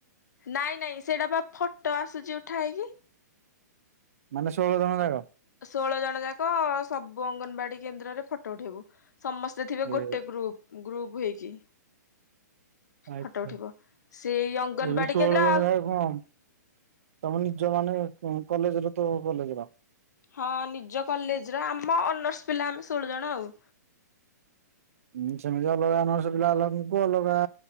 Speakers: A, on the left; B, on the right.
A: ନାଇଁ ନାଇଁ ସେଇଟା ପା ଫଟୋ ଆସୁଛି ଉଠା ହେଇକି।
B: ମାନେ ଷୋହଳ ଜଣ ଯାକ
A: ଷୋଳ ଜଣ ଯାକ ସବୁ ଅଙ୍ଗନବାଡି କେନ୍ଦ୍ରରେ ଫଟୋ ଉଠେଇବୁ। ସମସ୍ତେ ଥିବେ
B: ଏ
A: ଗୋଟେ ଗ୍ରୁପ୍ ଗ୍ରୁପ୍ ହେଇକି।
B: ଆଚ୍ଛା।
A: ଫଟୋ ଉଠିବ ସେଇ ଅଙ୍ଗନବାଡ଼ି
B: ଏଇ
A: କେନ୍ଦ୍ର ଆଉ।
B: <unintelligible> ତମେ ନିଜ ମାନେ କଲେଜ୍ ର ତ କଲେଜ୍ ର
A: ହଁ ନିଜ କଲେଜ୍ର ଆମ ଅନର୍ସ ପିଲା ଆମେ ଷୋଳ ଜଣ ଆଉ।
B: ହୁଁ ସେମିତି ଅଲଗା ଅନର୍ସ ପିଲା ଅଲଗାଙ୍କୁ ଅଲଗା